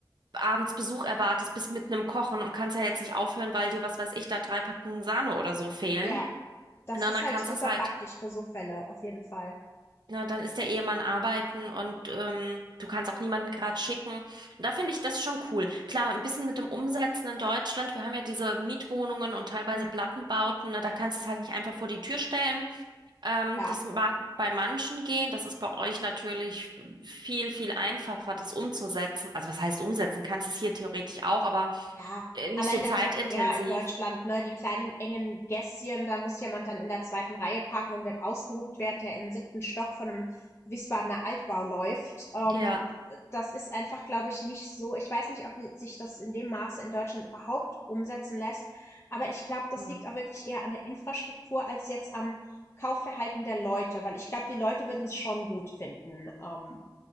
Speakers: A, on the right (about 65°); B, on the left (about 35°).
A: abends Besuch erwartest, bist mitten im Kochen und kannst ja jetzt nicht aufhören, weil dir, was weiß ich, da drei Packungen Sahne oder so fehlen.
B: Ja, das
A: Ne?
B: ist
A: Und dann
B: halt
A: kannst
B: super
A: du das halt
B: praktisch für so Fälle, auf jeden Fall.
A: na, dann ist der Ehemann arbeiten und ähm, du kannst auch niemanden gerade schicken. Da finde ich das schon cool. Klar, ein bisschen mit dem Umsetzen in Deutschland. Wir haben ja diese Mietwohnungen und teilweise
B: Mhm,
A: Plattenbauten. Ne? Da kannst du es halt nicht einfach vor die Tür stellen. Ähm,
B: ja.
A: das mag bei manchen gehen. Das ist bei euch natürlich viel, viel einfacher, das umzusetzen. Also was heißt umsetzen? Kannst es hier theoretisch auch, aber
B: Ja,
A: äh,
B: allein
A: nicht so zeitintensiv.
B: der Verkehr in Deutschland, ne, die kleinen engen Gässchen, da muss jemand dann in der zweiten Reihe parken und wird ausgehupt, während er in den siebten Stock von einem Wiesbadener Altbau läuft. Ähm,
A: Ja.
B: das ist einfach, glaube ich, nicht so. Ich weiß nicht, ob sich das in dem Maße in Deutschland überhaupt umsetzen lässt, aber ich glaube, das
A: Hm.
B: liegt auch wirklich eher an der Infrastruktur als jetzt am Kaufverhalten der Leute, weil ich glaube, die Leute würden es schon gut finden. Ähm,